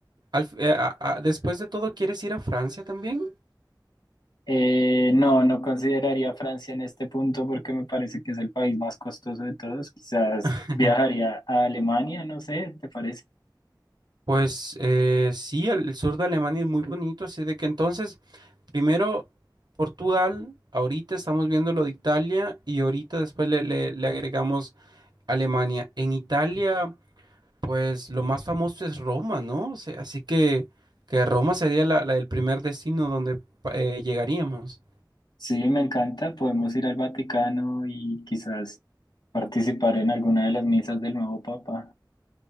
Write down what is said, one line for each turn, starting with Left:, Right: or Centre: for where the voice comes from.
Right: Al fi- eh, a- a- después de todo, ¿quieres ir a Francia también?
Left: Eh, no, no consideraría Francia en este punto porque me parece que es el país más costoso de todos. Quizás
Right: <laughs>
Left: viajaría a Alemania, no sé, ¿te parece?
Right: Pues eh, sí, el, el sur de Alemania es muy bonito, así de que entonces, primero Portugal, ahorita estamos viendo lo de Italia y ahorita después le, le- le agregamos Alemania. En Italia, pues lo más famoso es Roma, ¿no? O sea, así que, que Roma sería la- la- el primer destino donde pa- eh, llegaríamos.
Left: Sí, me encanta. Podemos ir al Vaticano y quizás participar en alguna de las misas del nuevo Papa.